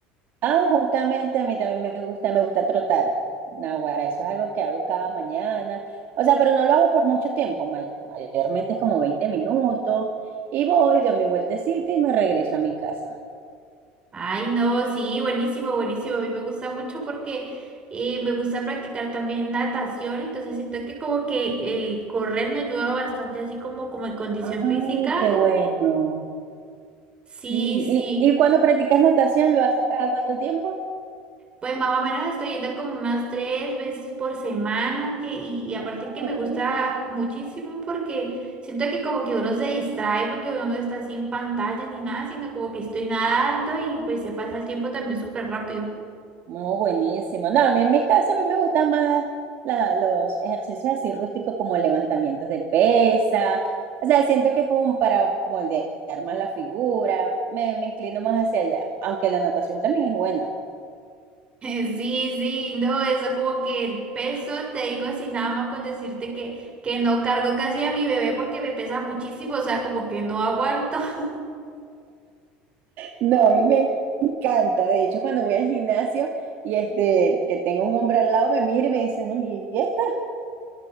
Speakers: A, on the right; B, on the right.
A: Ah, justamente a mí también me gusta, me gusta trotar. Naguará, eso es algo que hago cada mañana. O sea, pero no lo hago por mucho tiempo, may- mayormente es como 20 minutos y voy, doy mi vueltecita y me regreso a mi casa.
B: Ay, no, sí, buenísimo, buenísimo. A mí me gusta mucho porque eh, me gusta practicar también natación, entonces siento que como que eh, correr me ayuda bastante así como, como en condición
A: Ay,
B: física.
A: qué bueno.
B: Sí,
A: Sí, ¿y,
B: sí.
A: y cuando practicas natación lo haces cada cuánto tiempo?
B: Pues más o menos estoy yendo como unas tres veces por semana que, y, y aparte
A: Ah, chévere.
B: que me gusta muchísimo porque siento que como que uno se distrae porque uno no está así en pantalla ni nada, sino como que estoy nadando y pues se pasa el tiempo también súper rápido. <laughs>
A: No, buenísimo. No, a mí en mi caso a mí me gustan más la- los ejercicios así rústicos como levantamientos de pesa. O sea, siento que es como para moldear más la figura. Me, me inclino más hacia allá, aunque la natación también es buena.
B: Eh, Sí, sí, no, eso como que el peso, te digo así nada más con decirte que, que no cargo casi a mi bebé porque me pesa muchísimo, o sea, como que no aguanto. <laughs>
A: No, a mí me encanta. De hecho, cuando voy al gimnasio y este, que tengo un hombre al lado, me mira y me dice, no, ¿y este?